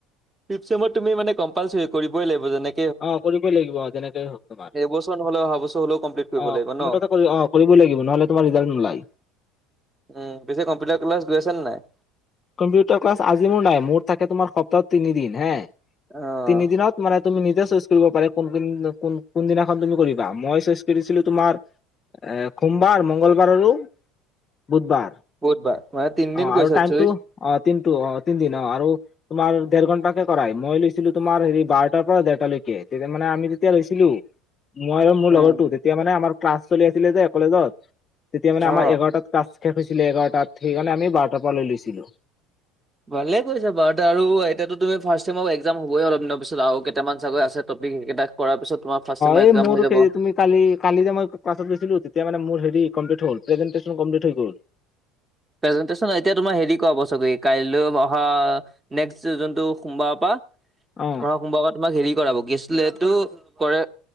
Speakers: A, on the right; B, on the left.
A: ফিফ ছেমত তুমি মানে কম্পালচৰি কৰিবই লাগিব যেনে
B: অ' কৰিবই লাগিব যেনেকেই হওক তোমাৰ।
A: এইবছৰ নহ'লে অহা বছৰ হলেও কমপ্লিট কৰিব
B: অ'
A: লাগিব ন
B: মুঠতে অ' কৰিবই লাগিব নহ'লে তোমাৰ ৰিজাল্ট নোলায়।
A: উম, পিছে কম্পিউটাৰ ক্লাছ গৈ আছা নে নাই?
B: কম্পিউটাৰ ক্লাছ আজি মোৰ নাই, মোৰ থাকে তোমাৰ সপ্তাহত তিনিদিন হে,
A: অ',
B: তিনি দিনত মানে তুমি নিজে চইচ কৰিব পাৰে কোন কোন কোনদিনাখন তুমি কৰিবা, মই চইচ কৰিছিলো তোমাৰ এ, সোমবাৰ, মংগলবাৰ আৰু বুধবাৰ।
A: বুধবাৰ মইে তিনদিন
B: অ
A: কৈ
B: আৰু
A: কৰিছা
B: টাইমটো
A: একচলী?
B: অ' তিনটো অ' তিনিদিন আৰু তোমাৰ দেৰ ঘন্টকে কৰাই, মই লৈছিলো তোমাৰ হেৰি বাৰটাৰপৰা দেৰটালৈকে তেতিয়া মানে আমি যেতিয়া লৈছিলো মই আৰু মোৰ
A: উম,
B: লগৰটো, তেতিয়া মানে আমাৰ ক্লাছ চলি আছিলে যে কলেজত, তেতিয়া মানে
A: অ',
B: আমাৰ এঘাৰটাত ক্লাছ শেষ হৈছিলে এঘাৰটাত সেইকাৰণে আমি বাৰটাৰপৰা লৈ লৈছিলোঁ।
A: ভালেই কৰিছা বাৰুতে আৰু এতিয়া তুমি ফাৰ্চ চেমৰ এক্সাম হ'বই অলপ দিনৰ পিছত আৰু কেইটামান চাগৈ আছে। টপিক সেইকেইটা কৰাৰ পিছত তোমাৰ ফাৰ্ষ্ট চেমৰ
B: এ,
A: এক্সাম
B: মোৰ
A: হৈ যাব।
B: কেই তুমি কালি কালি যে মই ক্লছত গৈছিলো, তেতিয়া মানে মোৰ হেৰি কমপ্লিত হ'ল, প্ৰেন্টেচন কমপ্লিত হৈ গ'ল।
A: প্ৰেজেণ্টেছন, এতিয়া তোমাৰ হেৰি কৰাব ছাগে কাইলৈ অহা নেক্স জোনটো সোমবাৰৰপা
B: অ
A: অহা সোমবাৰৰপা তোমাক হেৰি কৰাব কি আছিলে সেইটো, কৰে